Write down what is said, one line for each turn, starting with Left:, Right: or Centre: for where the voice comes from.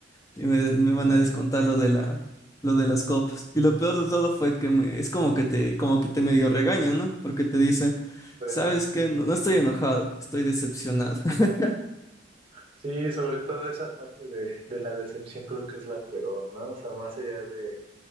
Left: y me, me van
Right: ya
Left: a descontar lo de la, lo de las copas. Y lo peor de todo fue que me, es como que te, como que te medio regaña, ¿no? Porque te dice,
Right: sé.
Left: ¿sabes qué? No, no estoy enojado, estoy decepcionado. <laughs>
Right: Sí, sobre todo esa parte de, de la decepción creo que es la peor, ¿no? O sea, más allá de,